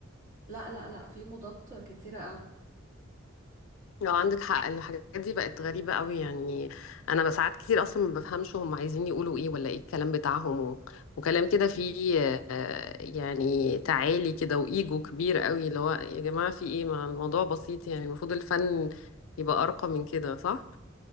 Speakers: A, on the right; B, on the left.
A: لا لا لا في مضادات كتيرة قوي
B: لو عندك حق الحاجات دي بقت غريبة قوي يعني أنا ساعات كتير أصلا ما بفهمش هم عايزين يقولوا إيه ولا إيه الكلام بتاعهم و... وكلام كده فيه آه، يعني تعالي كده وإيجو كبير قوي اللي هو يا جماعة في إيه ما الموضوع بسيط يعني المفروض الفن يبقى أرقى من كده صح؟